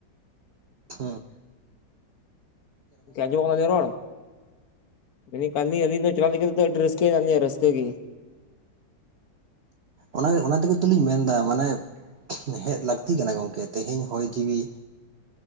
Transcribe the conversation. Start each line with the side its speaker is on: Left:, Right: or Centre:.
Right: ᱦᱩᱸ
Left: ᱜᱚᱝᱠᱮ ᱟᱸᱡᱚᱢᱚᱜ ᱠᱟᱱ ᱛᱤᱧᱟᱹ ᱨᱚᱲ <unintelligible> ᱟᱹᱰᱤ ᱨᱟᱹᱥᱠᱟᱹ ᱨᱟᱹᱥᱠᱟᱹ ᱜᱮ
Right: ᱚᱱᱟ ᱚᱱᱟ ᱛᱮᱜᱮ ᱛᱚᱞᱤᱧ ᱢᱮᱱᱫᱟ ᱢᱟᱱᱮ ᱦᱮᱡ ᱞᱟᱹᱠᱛᱤ ᱠᱟᱱᱟ ᱜᱚᱢᱠᱮ ᱛᱮᱦᱮᱧ ᱦᱚᱭ ᱡᱤᱣᱤ